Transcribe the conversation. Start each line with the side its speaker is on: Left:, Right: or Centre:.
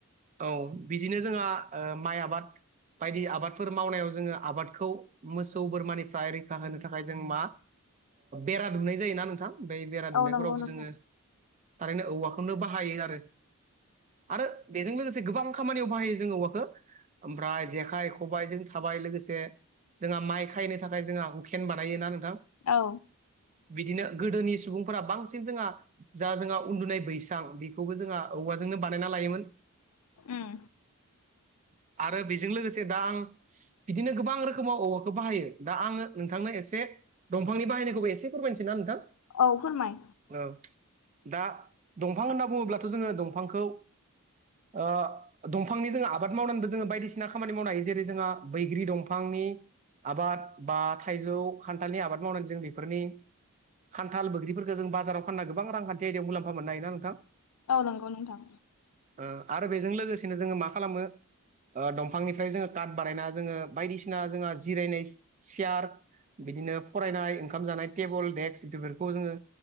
Right: औ बिदिनो जोंहा माइ आबाद बायदि आबादफोर मावनायाव जोङो आबादखौ मोसौ बोरमानिफ्राय रैखा होनो थाखाय जों मा बेरा दुमनाय जायोना नोंथां बै बेरा दुमनायफोरावबो
Left: औ नंगौ नोंथां
Right: जोङो थारैनो औवाखौनो बाहायो आरो आरो बेजों लोगोसे गोबां खामानियाव बाहायो जोंङो औवाखौ ओमफ्राय जेखाइ खबाइजों थाबाय लोगोसे जोंहा माइ खायनो थाखाय जोंहा उखेन बानायोना नोंथां
Left: औ
Right: बिदिनो गोदोनि सुबुंफोरा बांसिन जोंहा जा जोंहा उन्दुनाय बैसां बेखौबो जोंहा औवाजों नो बानायना लायोमोन
Left: उम
Right: <unintelligible> आरो बेजों लोगोसे दा आं बिदिनो गोबां रोखोमाव औवाखौ बाहायो दा आङो नोंथांनो एसे दंफांनि बाहायनायखौबो एसे फोरमायनोसै ना नोंथां
Left: औ फोरमाय
Right: औ दा दंफां होनना बुङोब्लाथ' जोङो दंफांखौ ओ दंफांनि जोङो आबाद मावनानैबो जोङो बायदिसिना खामानि मावनो हायो जेरै जोंहा बैग्रि दंफां नि आबाद बा थाइजौ खान्थालनि आबाद मावनानै जों बेफोरनि खान्थाल बोग्रिफोरखौ जों बाजाराव फानना गोबां रांखान्थि आयदायाव मुलामफा मोननो हायोना नोंथां
Left: औ नोंगौ नोंथां
Right: ओ आरो बेजों लोगोसेनो जोङो मा खालामो ओ दंफांनिफ्राय जोङो काट बानायना जोङो बायदिसिना जोंहा जिरायनाय सियार बिदिनो फरायनाय ओंखाम जानाय टेबोल डेक्स बेफोरखौ जोङो